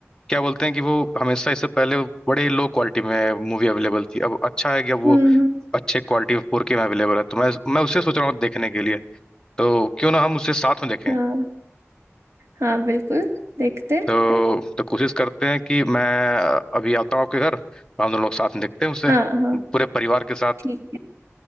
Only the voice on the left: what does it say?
क्या बोलते हैं कि वो हमेशा इससे पहले वो बड़े लो क्वालिटी में मूवी अवेलेबल थी अब अच्छा है कि अब वो
अच्छे क्वालिटी में फोर के में अवेलेबल है तो मैं मैं उसे सोच रहा हूँ देखने के लिए तो क्यों ना हम उसे साथ में देखें
तो तो कोशिश करते हैं कि मैं अभी आता हूँ आपके घर और हम दोनों लोग साथ में देखते हैं उसे
पूरे परिवार के साथ